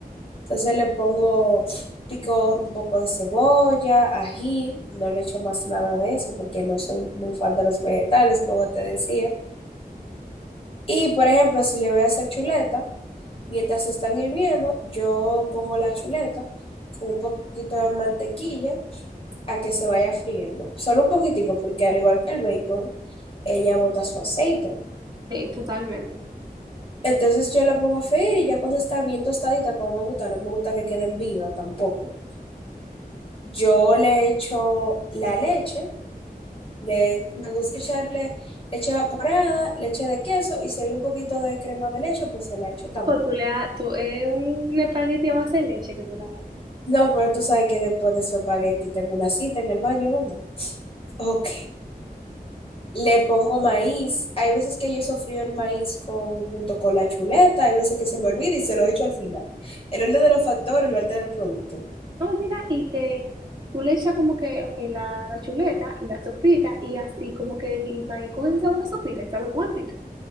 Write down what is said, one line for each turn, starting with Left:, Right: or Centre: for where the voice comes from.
Left: Entonces le pongo, pico un poco de cebolla, ají, no le echo más nada de eso porque no soy muy fan de los vegetales, como te decía. Y, por ejemplo, si le voy a hacer chuleta, mientras se están hirviendo, yo pongo la chuleta con un poquito de mantequilla a que se vaya friendo. Solo un poquitico, porque al igual que el bacon, ella bota su aceite.
Right: sí, totalmente.
Left: Entonces yo la pongo a freír y ya cuando está bien tostadita, como me gusta, no me gusta que queden viva tampoco. Yo le echo la leche, le, me gusta echarle leche evaporada, leche de queso y si hay un poquito de crema de leche, pues se la echo también.
Right: O tú le ha- tú, es un espagueti a base de leche que tú le haces.
Left: No, pero tú sabes que después de su espagueti tengo una cita en el baño, ¿verdad? Ok. Le pongo maíz. Hay veces que yo sofrío el maíz con, junto con la chuleta, hay veces que se me olvida y se lo echo al final. El orden de los factores no altera el producto.
Right: No, mira, y que tú le echas como que, ok, la, la chuleta, la sopita, y así como que el maíz coge ese sabor a sopita y sabe bueno. ¿viste?